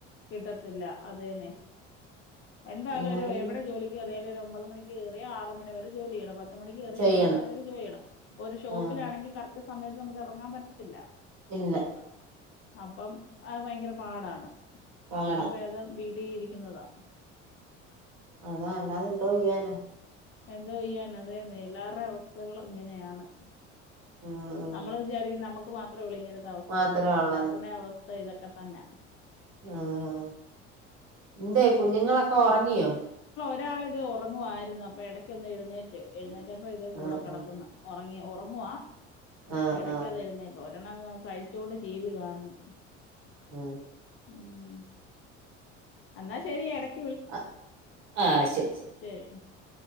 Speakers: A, on the left; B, on the right.
A: കിട്ടത്തില്ല അതന്നെ എന്താലും
B: അല്ലാതെ
A: ഒര് എവിടെ ജോലിക്ക്റിയാലരു ഒമ്പത് മണിക്ക് കേറിയ ആറ് മണി വരെ ജോലിചെയ്യണം പത് പത്ത് മണികെറിയ
B: ചെയ്യണം
A: ഏഴ് മണിവരെ ജോലി ചെയ്യണം പ്പൊ ഒരു ഷോപ്പിലാണെങ്കിൽ
B: ഉം
A: കറക്റ്റ് സ സമയത്ത് നമ്മക്ക് എറങ്ങാൻ പറ്റത്തില്ല
B: ഇല്ല
A: അപ്പം ആ ഭയങ്കര പാടാണ്
B: പാട
A: അതിലും വേദം വീ ട്ടീരിക്ക്ന്നതാ
B: അതാ എല്ലാതെന്തോചെയ്യനാ
A: എന്തൊ ചെയ്യാന അതെന്നെ എല്ലാവരുടെ അവസ്ഥകളും ഇങ്ങനെയാണ്
B: ഉം ഉം
A: നമ്മൾ വിചാരിക്കും നമ്മക്ക് നമുക്ക് മാത്രം ളി <unintelligible> ഇങ്ങനത്തെ അവസ്ഥയായിരുന്നു
B: മാത്രേ
A: പക്ഷെ
B: ഉള്ളന്ന്
A: എല്ലാവരുടെ അവസ്ഥ ഇതോക്കെ തന്നെയാ
B: ആഹ് ആഹ്ആ എന്തെ കുഞ്ഞുങ്ങളെകേ ക്കെ ഉറങ്ങിയോ
A: ഒരാൾ ഇതെ ഉറങ്ങുവായിരുന്നു അപ്പോ എടക്ക് ഒന്ന് എഴുന്നേറ്റ് എഴുന്നേറ്റ ഇപ്പോ ഇതെ കൂടെ
B: ആഹ്
A: കിടക്കുന്ന്
B: ആഹ്
A: ഒ ഉറങ്ങിയോ ഉറങ്ങുവാ
B: ആഹ്
A: ആ എടയ്ക്ക്
B: ആഹ്
A: അത് എഴുന്നേക്ക് വൻ ഒരെണ്ണം കഴിച്ചൊണ്ട് ടിവി കാണുന്നു
B: ആ
A: ഉം എന്നാ ശെരി എടക്
B: ആ ആ ശെരി ശെരി
A: ശരി